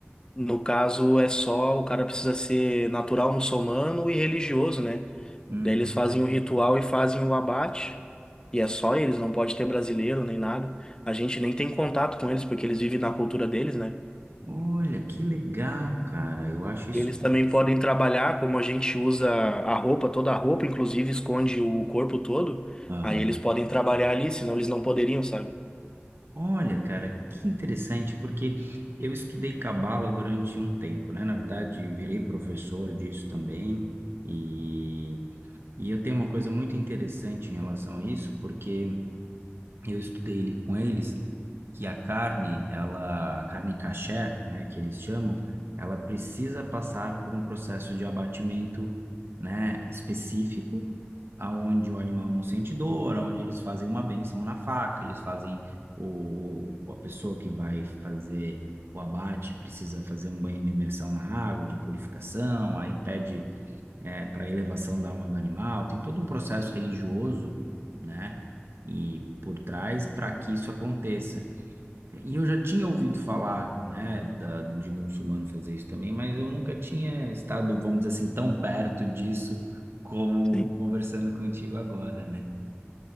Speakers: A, on the left; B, on the right.
A: no caso, é só o cara precisa ser natural muçulmano e religioso, né?
B: Uhum.
A: Daí eles fazem o ritual e fazem o abate. E é só eles, não pode ter brasileiro nem nada. A gente nem tem contato com eles, porque eles vivem na cultura deles, né?
B: Olha, que legal, cara. Eu acho isso.
A: E eles também podem trabalhar, como a gente usa a roupa, toda a roupa, inclusive esconde o corpo todo.
B: Aham.
A: Aí eles podem trabalhar ali, senão eles não poderiam, sabe?
B: Olha, cara, que interessante, porque eu estudei cabala durante um tempo, né? Na verdade, virei professor disso também. E, e eu tenho uma coisa muito interessante em relação a isso, porque eu estudei ele com eles. que a carne, ela, a carne kasher, né, que eles chamam, ela precisa passar por um processo de abatimento, né, específico, aonde o animal não sente dor, aonde eles fazem uma benção na faca, eles fazem o, a pessoa que vai fazer o abate precisa fazer um banho de imersão na água, de purificação, aí pede é, para elevação da alma do animal, tem todo um processo religioso, né, e por trás para que isso aconteça. E eu já tinha ouvido falar, né, da, de muçulmano fazer isso também, mas eu nunca tinha estado, vamos dizer assim, tão perto disso como
A: Sim.
B: conversando contigo agora, né?